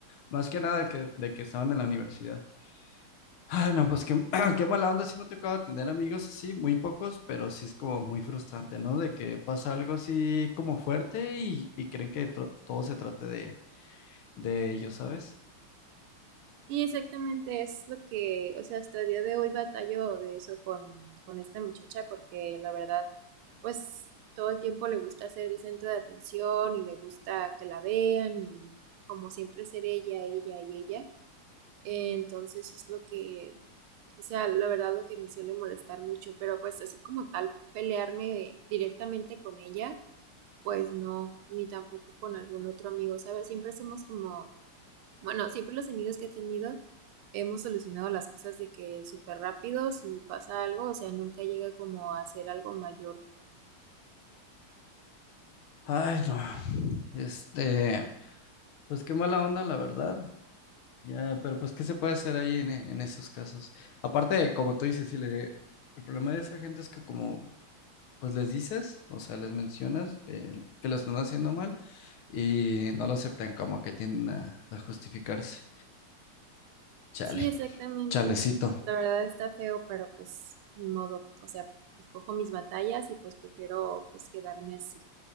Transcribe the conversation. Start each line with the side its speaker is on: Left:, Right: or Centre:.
Left: más que nada que, de que estaban en la universidad. Ay, no, pues qué, <clears throat> qué mala onda, sí me ha tocado tener amigos así, muy pocos, pero sí es como muy frustrante, ¿no? De que pasa algo así como fuerte y, y creen que to- todo se trate de, de ellos, ¿sabes?
Right: Y exactamente es lo que, o sea, hasta el día de hoy batallo de eso con, con esta muchacha, porque la verdad, pues todo el tiempo le gusta ser el centro de atención y le gusta que la vean y como siempre ser ella, ella y ella. Entonces es lo que, o sea, la verdad lo que me suele molestar mucho, pero pues así como tal, pelearme directamente con ella, pues no, ni tampoco con algún otro amigo, ¿sabes? Siempre somos como bueno, siempre los amigos que he tenido hemos solucionado las cosas de que súper rápido si pasa algo, o sea, nunca llega como a ser algo mayor.
Left: Ay, no. Este, Pues qué mala onda, la verdad. Ya, pero pues, ¿qué se puede hacer ahí en, e- en esos casos? Aparte, como tú dices, sí, le- el problema de esa gente es que como, pues les dices, o sea, les mencionas que, que lo están haciendo mal y no lo aceptan, como que tienden a, a justificarse. Chale,
Right: Sí, exactamente.
Left: chalecito.
Right: Pues, La verdad está feo, pero pues ni modo. O sea, escojo mis batallas y pues prefiero pues quedarme así.